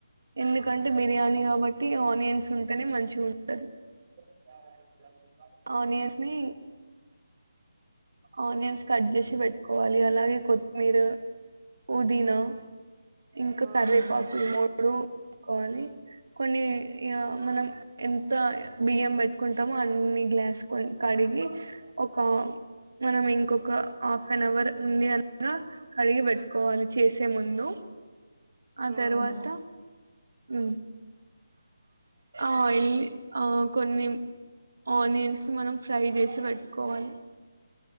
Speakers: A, on the right; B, on the right.
A: ఎందుకంటే బిర్యానీ గాబ <unintelligible> ఆనియన్స్ ఉంటేనే మంచిగ ఉంటది
B: <inaudible>
A: ఆనియన్సి ఆనియన్స్ కట్ జెసి పెట్టుకోవాలి ని అలాగే కొత్త మీరు పుదీనా ఇంక
B: మ్మ్
A: కర్వేపాకు లు ఇప్పుడు కోవాలి కొన్ని ఇగ మనం ఎంత బియ్యం పెట్టుకుంటామో అన్ని గ్లాస్ కొ కడిగి ఒక మనం ఇంకొక ఆఫ్ అన్ అవర్ ఉంది అనగా కడిగి బెట్టుకోవాలి చేసి తే ముందు ఆ
B: ఉమ్
A: తర్వాత ఉ ఆయిల్ ఆ కొన్ని ఆనియన్స్ మనం ఫ్రై జేసి పెట్టుకోవాలి